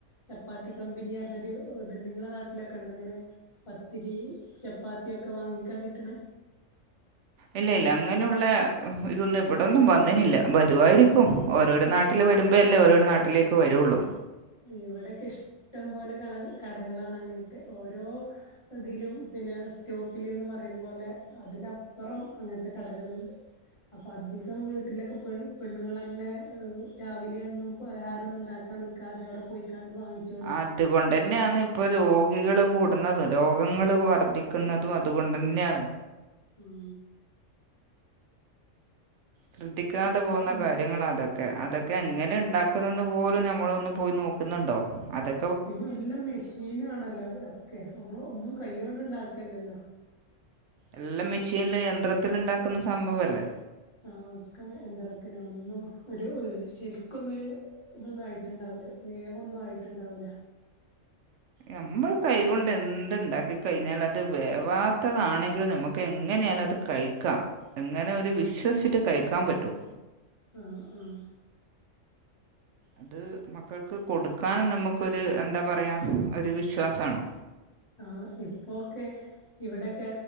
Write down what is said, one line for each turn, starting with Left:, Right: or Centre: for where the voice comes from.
Left: ചപ്പാത്തി കമ്പനി ആറ്ന്നൊരു ഇത്ണ്ട്. ഇങ്ങടെ നാട്ടിലൊക്കെ ഉണ്ടൊങ്ങനെ? പത്തിരി, ചപ്പാത്തി ഒക്കെ വാങ്ങിക്കാ കിട്ട്ണ്
Right: ഇല്ല ഇല്ല അങ്ങനുള്ള ഇതൊന്നും ഇവിടൊന്നും വന്നെനില്ല. വരുവായിരിക്കും ഓരോരു നാട്ട് ട്ടില് വരുമ്പോ അല്ലേ ഓരോരോ നാട്ടിലേക്ക് വരോള്ളൂ.
Left: ഇവിടെക്കെ ഇഷ്ടം പോലെ കള കടകളാണ്. അങ്ങനത്തെ ഓരോ ഇ തിലും പിന്നെ സ്റ്റോപ്പില്ന്ന് പറയിം പോലെ അതിലപ്പൊറം അങ്ങൻത്തെ കടകള്ണ്ട്. അപ്പൊ അധികം വീട്ടിലൊക്കെെ പെണ്ണുങ്ങളെന്നെ രാവിലെ എന്നും പലഹാരം ഒന്ന് ഇണ്ടാക്കി ക്കാ നിക്കാതെ അവിടെ പോയിക്കാണ്ട് വാങ്ങിച്ച്
Right: അതുകൊണ്ടെന്നേണ് ഇപ്പൊ രോഗികള് കൂടുന്നതും രോഗങ്ങള് വർദ്ധിക്കുന്നതും അതുകൊണ്ടെന്ന്യേണ്.
Left: ഉം
Right: ശ്രദ്ധിക്കാതെ
Left: എല്ലാർക്കും
Right: പോന്ന കാര്യങ്ങളത ക്കെ അതൊക്കെ എങ്ങനെ ഉണ്ടാക്കുന്നെന്ന് പോലും നമ്മളൊന്ന് പോയി നോക്കുന്നുണ്ടോ അതൊ
Left: പിന്നെ എല്ലാം മെഷീനും ആണല്ലോ ഒക്കെ നമ്മള് ഒന്നും കൈകൊണ്ട് ഉണ്ടാക്കല്ലല്ലോ.
Right: എല്ലാം മെഷീനില് യന്ത്രത്തിലിണ്ടാക്കുന്ന സംഭവല്ലേ?
Left: ആഹ് ക്ക യന്ത്രത്തിന് ഒന്നും ഒരു ശരിക്കൊന്നൊരു ഇതൊന്നും ആയിട്ടുണ്ടാവില്ല വേവൊന്നും ആയിട്ടുണ്ടാവില്ല.
Right: നമ്മള് കൈകൊണ്ട് എന്ത്‌ ഇണ്ടാക്കി കഴിഞ്ഞാല് അത് വേവാത്തതാണെങ്കിലും നമുക്ക് എങ്ങനെയാലും അത് കഴിക്കാ എങ്ങനെ ഒരു
Left: ഉം
Right: വിശ്വസിച്ചിട്ട് കഴിക്കാൻ പറ്റു.
Left: ആഹ് ആഹ്.
Right: അത് മക്കൾക്ക് കൊടുക്കാനും നമ്മക്കൊരു എന്താ പറയ ഒരു വിശ്വാസാണ്.
Left: ആഹ് ഇപ്പോക്കെ ഇവിടെക്കെ